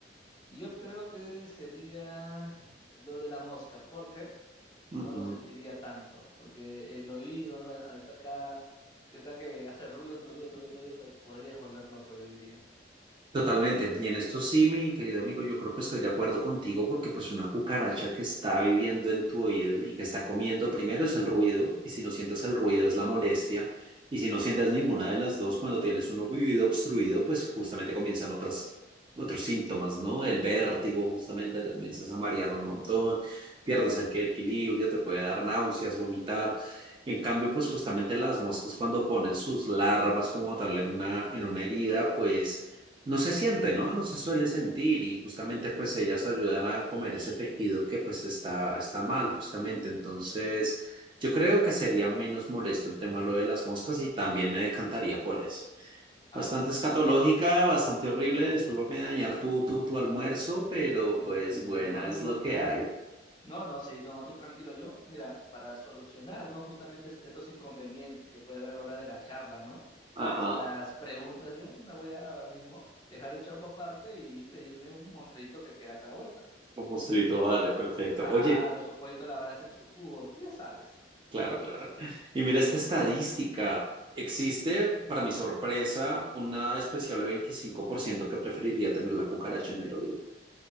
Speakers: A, on the left; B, on the right.
A: Y Yo creo que sería lo de la mosca, porque
B: Ujú.
A: no lo sentiría tanto, porque el oído, ¿no? Al estar cada, que está que hace ruido en tu oído, tu oído, tu oído, te podrías volver loco, yo diría.
B: Totalmente. Y en esto sí, mi querido amigo, yo creo que estoy de acuerdo contigo porque pues una cucaracha que está viviendo en tu oído y que está comiendo, primero es el ruido, y si no sientes el ruido
A: Mm,
B: es la molestia, y si no sientes ninguna de las dos, cuando tienes un oído obstruido, pues justamente comienzan otras, otros síntomas, ¿no? El vértigo, justamente te comienzas a marear un montón, pierdes el que- equilibrio, te puede dar náuseas, vomitar. En cambio, pues justamente las moscas cuando ponen sus larvas como tal en una, en una herida, pues... No se siente, ¿no? No se suele sentir y justamente
A: mm.
B: pues ellas ayudan a comer ese tejido que pues está, está mal, justamente. Entonces, yo creo que sería menos molesto el tema de lo de las moscas y también me decantaría por eso.
A: A
B: Bastante
A: ver,
B: escatológica,
A: ¿cómo fue?
B: bastante horrible, discúlpame de dañar tu, tu, tu almuerzo, pero
A: Mm,
B: pues bueno,
A: no,
B: es
A: no,
B: lo que hay.
A: no, no, sí, no, tú tranquilo. Yo, mira, para solucionar, ¿no? Justamente es- estos inconvenientes que puede haber a la hora de la charla, ¿no?
B: Ajá,
A: De estas preguntas, yo me voy a ahora mismo dejar el chaufa aparte y pedirme un monstruito que queda acá a la vuelta.
B: un mostrito, vale, perfecto.
A: Claro,
B: Oye.
A: su pollito a la brasa en su jugo, tú ya sabes.
B: Claro, claro. Y mira esta estadística. Existe,
A: <laughs>
B: para mi sorpresa, una despreciable 25% que preferiría tener la cucaracha en el oído.